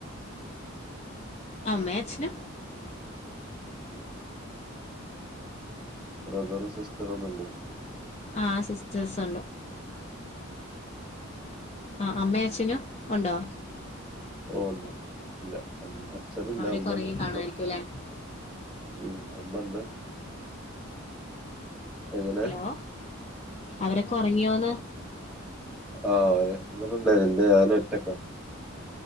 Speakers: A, on the left (about 30°); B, in the centre.
A: അമ്മയും അച്ഛനും.
B: <inaudible> ബ്രദറും സിസ്റ്ററും ഒന്നുംല്ലേ
A: ആഹ് സിസ്റ്റേഴസ്ണ്ട്
B: ഉം
A: ആ അമ്മേം അച്ഛനും ഉണ്ടോ
B: ഓ ണ്ട് ഇല്ല അച്ഛനില്ല
A: അവരൊക്കെ
B: അമ്മ
A: ഒറങ്ങി കാണുവായിരിക്കുംല്ലേ
B: അമ്മണ്ട് ഉം അമ്മണ്ട് എങ്ങനെ
A: ഹലോ അവരൊക്കെ ഉറങ്ങിയോന്ന്
B: ആര് എന്താ എ ഞാന് ഒറ്റക്ക